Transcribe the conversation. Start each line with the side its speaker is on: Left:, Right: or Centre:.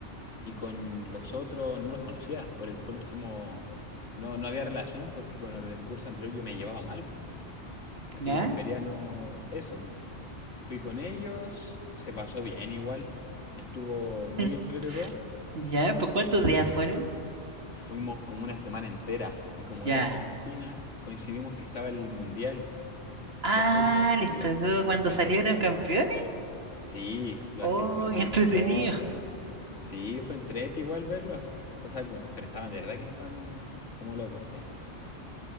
Left: Y con los otros no los conocía. Por, el- por último, no, no había relación porque con los de mi curso anterior yo me llevaba mal. po. Así
Right: ¿Ya?
Left: que prefería no eso. po. Fui con ellos, se pasó bien igual. Estuvo muy
Right: Mm,
Left: entretenido
Right: ¿Ya? ¿Por cuántos días fueron?
Left: Fuimos como una semana entera y como
Right: Ya.
Left: era Argentina, coincidimos que estaba el Mundial
Right: Ah,
Left: de fútbol
Right: les
Left: y
Right: tocó
Left: los argentinos
Right: cuando
Left: vueltos
Right: salieron
Left: locos.
Right: campeones.
Left: Sí, los
Right: Oh,
Left: argentinos vueltos
Right: qué entretenido.
Left: locos allá. Sí, fue entrete igual verlos. O sea, como, pero estaban, de verdad que estaban como locos ahí.